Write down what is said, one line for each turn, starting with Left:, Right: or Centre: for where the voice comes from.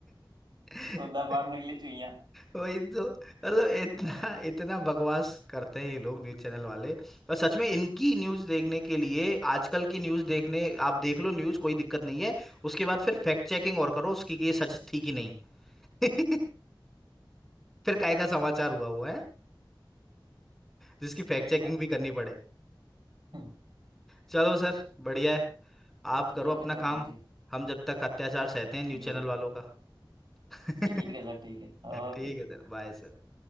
Centre: <laughs>
Right: खुदा पार निकली चुईया
Centre: वही तो मतलब इतना
Right: भाई साहब,
Centre: इतना बकवास करते हैं ये लोग न्यूज़ चैनल वाले और सच में इनकी न्यूज़ देखने के लिए आजकल की न्यूज़ देखने आप देख लो न्यूज़ कोई दिक्कत नहीं है उसके बाद फिर फैक्ट चेकिंग और करो उसकी कि ये सच थी कि नहीं <laughs> फिर काय का समाचार हुआ हुआ है जिसकी फैक्ट
Right: सही
Centre: चेकिंग
Right: बात
Centre: भी
Right: है
Centre: करनी पड़े
Right: हम्म,
Centre: चलो सर बढ़िया है आप
Right: ठीक
Centre: करो अपना
Right: है सर
Centre: काम
Right: हाँ जी
Centre: हम जब तक अत्याचार सहते हैं
Right: जी
Centre: न्यूज़
Right: बिल्कुल
Centre: चैनल वालों का <laughs>
Right: ठीक है सर ठीक है ओके
Centre: ठीक है सर बाय सर